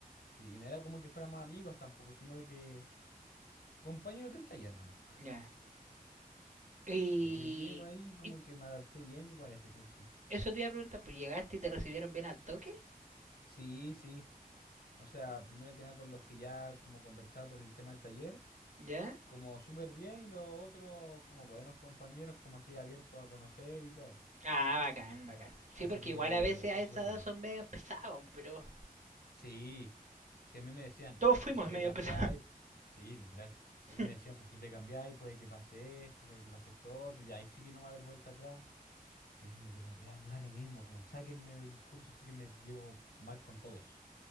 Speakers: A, on the left (about 85°); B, on the right (about 50°).
A: Sí, y no era como que fuéramos amigos tampoco, sino era que compañeros del taller nomás.
B: Ya. Y,
A: Y ahí yo llego ahí, como
B: y
A: que me adapté bien igual a ese curso.
B: eso te iba a preguntar, pues llegaste y te recibieron bien al toque,
A: Sí, sí. O sea, primero que nada con los que ya como conversaba por el tema del taller,
B: ¿Ya?
A: como súper bien y los otros como buenos compañeros, como así abiertos a conocer y todo. po.
B: Ah, bacán, bacán. Sí,
A: Así
B: porque
A: que
B: igual a veces
A: fue
B: a esa
A: súper
B: edad
A: bueno.
B: son medio pesados, pero
A: Sí, sí, a mí me decían,
B: todos
A: es
B: fuimos
A: que si te
B: medio
A: cambiáis,
B: pesados.
A: sí, literal.
B: <laughs>
A: A mí me decían, pues si te cambiáis, puede que pase esto, puede que pase esto otro, y ahí sí que no va a haber vuelta atrás. Y diciendo, pero ya me da lo mismo, como sáquenme del curso este que me llevo mal con todos.